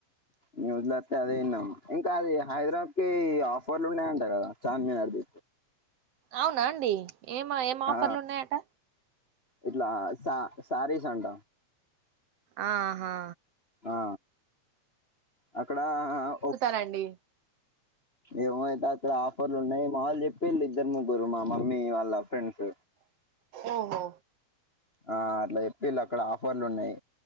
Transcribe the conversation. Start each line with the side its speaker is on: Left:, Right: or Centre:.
Left: న్యూస్ లో ఒత్తే అదేఇన్నాం ఇంకా అది హైద్రాబాద్ కి ఆఫ్ ఫర్లు ఉన్నాయి అంటా కదా చార్మినార్ది
Right: అవునా అండి ఏం ఏం ఆఫర్లు
Left: ఆ
Right: ఉన్నాయట
Left: ఇట్లా సా శారీస్ అంట
Right: ఆ హా
Left: ఆ అక్కడ ఓ
Right: రండి
Left: ఏమోఅయితే అక్కడ ఆఫర్లు ఉన్నాయి మా వాళ్ చెప్పిళ్ ఇద్దర్ ముగ్గుర్ మా మమ్మీ వాళ్ళ ఫ్రెండ్స్
Right: ఓహో
Left: ఆ అట్లా చెప్పిళ్ళు అక్కడ ఆఫర్లు ఉన్నాయి